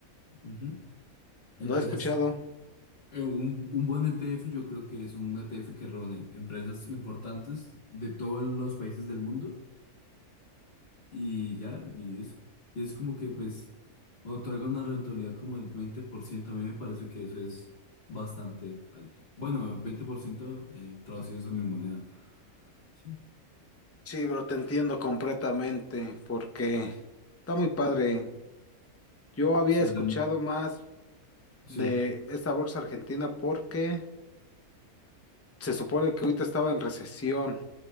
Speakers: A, on the left; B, on the left.
A: Ujú.
B: lo
A: Entonces,
B: he escuchado.
A: eh, un, un buen ETF yo creo que es un ETF que reúne empresas importantes de todos los países del mundo Y ya, y eso. Y es como que pues otorga una rentabilidad como del veinte por ciento A mí me parece que eso es bastante alto. Bueno, 20% eh, traducidos a mi moneda. Sí,
B: Sí, bro, te entiendo completamente porque está muy padre. Yo había
A: sí,
B: escuchado
A: yo-
B: más.
A: sí.
B: de esta bolsa argentina porque se supone que ahorita estaba en recesión